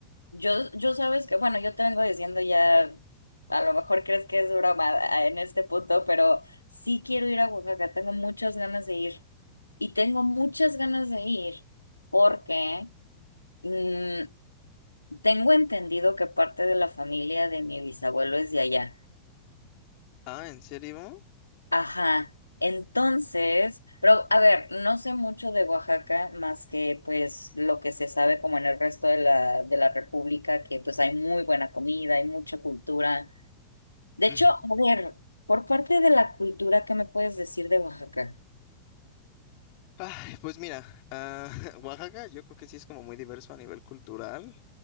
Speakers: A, on the left; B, on the left.
A: yo, yo sabes que, bueno, yo te vengo diciendo ya, a lo mejor crees que es broma ah, en este punto, pero sí quiero ir a Oaxaca, tengo muchas ganas de ir. Y tengo muchas ganas de ir porque. mm, Tengo entendido que parte de la familia de mi bisabuelo es de allá.
B: Ah, ¿en serio?
A: Ajá. Entonces, pero a ver, no sé mucho de Oaxaca más que pues lo que se sabe como en el resto de la, de la República, que pues hay muy buena comida, hay mucha cultura. De
B: Mm.
A: hecho, a ver, por parte de la cultura, ¿qué me puedes decir de Oaxaca?
B: Ay, pues mira, ah, <laughs> Oaxaca yo creo que sí es como muy diverso a nivel cultural